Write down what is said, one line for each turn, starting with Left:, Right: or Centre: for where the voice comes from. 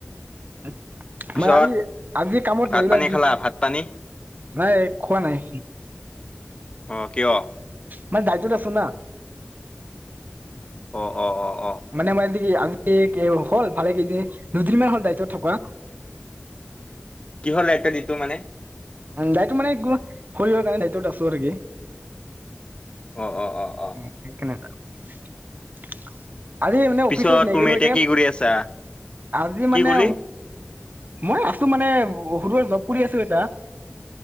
Right: মানে
Left: পিছত
Right: আজি আজি কামত
Left: ভাত
Right: ৰেগুলাৰ
Left: পানী
Right: ডিউটি
Left: খালা ভাত পানী?
Right: নাই খোৱা নাই।
Left: অ', কিয়?
Right: মানে দাইটত আছো ন।
Left: অ অ অ অ',
Right: মানে মই আজি আজি হ'ল ভালে কেইদিন দুদিনমান হ'ল ডাইটত থকা
Left: কিহল এটা দিতো মানে
Right: দাইতত মানে শৰীৰৰ কাৰণে দাইটত আছো আৰু কি
Left: অ অ অ অ',
Right: উ সেইকাৰণে আছা। আৰে এনে
Left: পিছত
Right: অফিচ ত নগলো
Left: তুমি এতিয়া
Right: যে।
Left: কি কৰি আছা?
Right: আজি
Left: কি
Right: মানে
Left: ক'লি?
Right: মই আছো মানে সৰু সুৰা জপ কৰি আছো এতা।